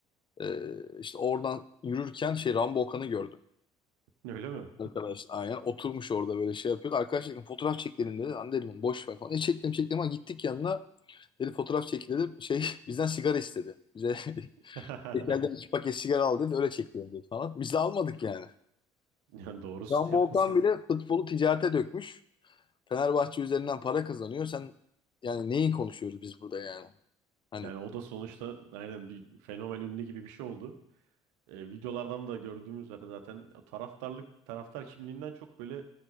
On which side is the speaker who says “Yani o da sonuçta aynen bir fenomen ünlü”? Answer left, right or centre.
Right